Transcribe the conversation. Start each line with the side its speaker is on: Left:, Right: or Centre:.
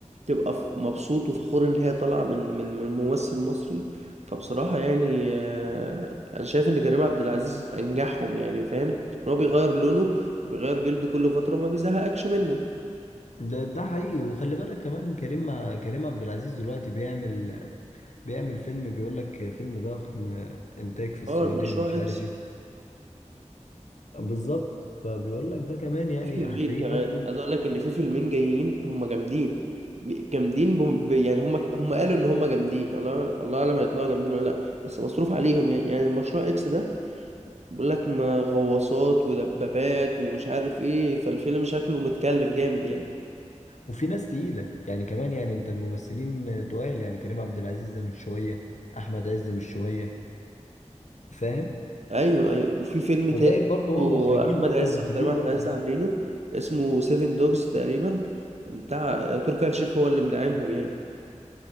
Right: تبقى ف- مبسوط وفخور ان هي طالعة من من من ممثل مصري فبصراحة يعني آه، انا شايف ان كريم عبد العزيز انجحهم يعني فاهم ان هو بيغير لونه وبيغير جلده كل فترة ما بيزهقكش منه
Left: ده ده حقيقي وخلي بالك كمان كريم مع كريم عبد العزيز دلوقتي بيعمل بيعمل فيلم بيقول لك فيلم ضخم انتاج في السعودية
Right: اه المشروع
Left: ومش عارف
Right: اكس
Left: ايه بالظبط فبيقول لك ده كمان يعني
Right: في فيلمين
Left: هتلاقيه
Right: كمان
Left: برضو
Right: عايز اقول لك ان في فيلمين جايين هم جامدين ب- جامدين بم... ب- يعني هم هم قالوا ان هم جامدين الله الله اعلم هيطلعوا جامدين ولا لا بس مصروف عليهم يعني يعني المشروع اكس ده بيقول لك ما غواصات ودبابات ومش عارف ايه فالفيلم شكله متكلف جامد يعني
Left: وفي ناس تقيلة يعني كمان يعني انت الممثلين تقال يعني كريم عبد العزيز ده مش شوية احمد عز مش شوية فاهم
Right: ايوه ايوه وفي فيلم
Left: وجايب
Right: تاني
Left: برضو هو
Right: برضه
Left: مخرجين
Right: احمد
Left: برضو
Right: عز
Left: ومنتجين
Right: وكريم عبد
Left: برضو
Right: العزيز عاملينه اسمه سيفن دوجز تقريبا بتاع تركي آل الشيخ هو اللي مدعمهم يعني